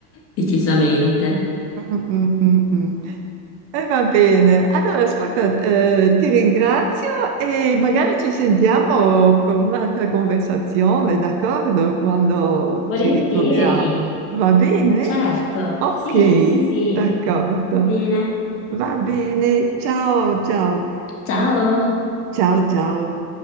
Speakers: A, on the left; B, on the right.
A: decisamente.
B: Mm, mm, mm, mm. E va bene. Allora, ascolta, eh, ti ringrazio e magari ci sentiamo per un'altra conversazione, d'accordo? Quando
A: Volentieri,
B: ci ritroviamo. Va bene?
A: certo,
B: Ok,
A: sì, sì, sì,
B: d'accordo.
A: va bene.
B: Va bene. Ciao, ciao.
A: Ciao.
B: Ciao, ciao.